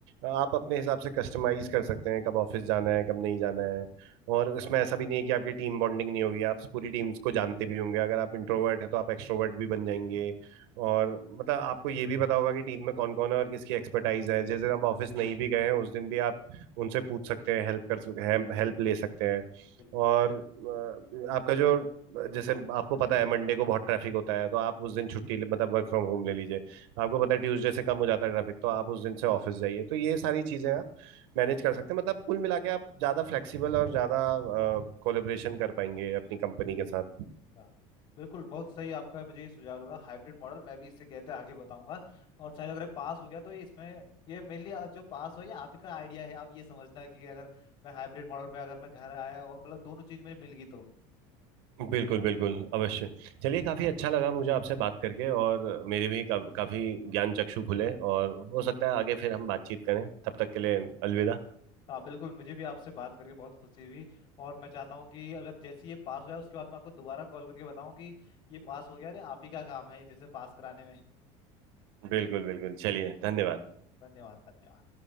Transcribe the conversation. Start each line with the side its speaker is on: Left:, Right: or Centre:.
Right: आप अपने हिसाब से कस्टमाइज कर सकते हैं कब ऑफिस जाना है कब नहीं जाना है और उसमें ऐसा भी नहीं है कि आपकी टीम बॉन्डिंग नहीं होगी आप पूरी टीम्स को जानते भी होंगे अगर आप इंट्रोवर्ट हैं तो आप एक्सट्रोवर्ट भी बन जाएंगे और मतलब आपको ये भी पता होगा कि टीम में कौन कौन है और किसकी एक्सपर्टाइज है जिस दिन आप ऑफिस नहीं भी गए हैं उस दिन भी आप उनसे पूछ सकते हैं हेल्प कर हेल्प ले सकते हैं
Left: बिल्कुल
Right: और अ, आपका जो जैसे आपको पता है मंडे को बहुत ट्रैफिक होता है तो आप उस दिन छुट्टी ले- मतलब वर्क फ्रॉम होम ले लीजिए
Left: बिल्कुल।
Right: आपको पता है ट्यूसडे से कम हो जाता है ट्रैफिक तो आप उस दिन से ऑफिस जाइए तो ये सारी चीजें आप मैनेज कर सकते हैं मतलब कुल मिला के आप ज्यादा फ्लेक्सिबल और ज्यादा कोलेबरेशन कर पाएंगे अपनी कंपनी के साथ
Left: अच्छा। बिल्कुल बहुत सही आपका मुझे ये सुझाव लगा हाइब्रिड मॉडल मैं भी इससे कहते आगे बताऊंगा और शायद अगर ये पास हो गया तो ये इसमें ये मेनली जो पास हो ये आप ही का आइडिया है आप ये समझना कि अगर मैं हाइब्रिड मॉडल पे अगर मैं घर आया और मतलब दोनों चीज मुझे मिल गई तो
Right: बिल्कुल बिल्कुल अवश्य चलिए काफी अच्छा लगा मुझे आपसे बात करके और मेरे भी का, काफी ज्ञान चक्षु खुले और हो सकता है आगे फिर हम बातचीत करें तब तक के लिए अलविदा
Left: हाँ बिल्कुल मुझे भी आपसे बात करके बहुत खुशी हुई और मैं चाहता हूँ कि अगर जैसे ही ये पास हो जाए उसके बाद मैं आपको दोबारा कॉल करके बताऊँ कि ये पास हो गया अरे आप ही का काम है जैसे पास कराने में
Right: बिल्कुल बिल्कुल चलिए धन्यवाद
Left: धन्यवाद धन्यवाद